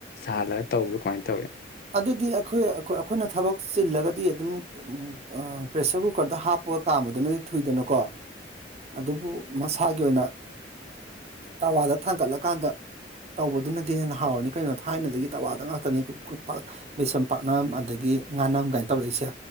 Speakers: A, on the left; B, on the right.
A: ꯁꯥꯍꯜꯂꯒ ꯇꯧꯕ꯭ꯔꯥ ꯀꯃꯥꯏꯅ ꯇꯧꯋꯤ
B: ꯑꯗꯨꯗꯤ ꯑꯈꯣꯏ ꯑꯈꯣꯏ ꯑꯈꯣꯏꯅ ꯊꯕꯛ ꯆꯤꯜꯂꯒꯗꯤ ꯑꯗꯨꯝ ꯑꯥ ꯄ꯭ꯔꯦꯁꯔ ꯀꯨꯀꯔꯗ ꯍꯥꯞꯄꯒ ꯀꯥꯝꯕꯗꯨꯅꯗꯤ ꯊꯨꯏꯗꯅꯀꯣ ꯑꯗꯨꯕꯨ ꯃꯁꯥꯒꯤ ꯑꯣꯏꯅ ꯇꯋꯥꯗ ꯊꯥꯡꯒꯠꯂꯀꯥꯟꯗ ꯇꯧꯕꯗꯨꯅꯗꯤ ꯍꯦꯟꯅ ꯍꯥꯎꯔꯅꯤ ꯀꯩꯅꯣ ꯊꯥꯏꯅꯗꯒꯤ ꯇꯋꯥꯗ ꯉꯥꯛꯇꯅꯤ <unintelligible> ꯕꯦꯁꯣꯟ ꯄꯥꯛꯅꯝ ꯑꯗꯒꯤ ꯉꯥꯅꯝ ꯀꯥꯏꯅ ꯇꯧꯔꯛꯏꯁꯦ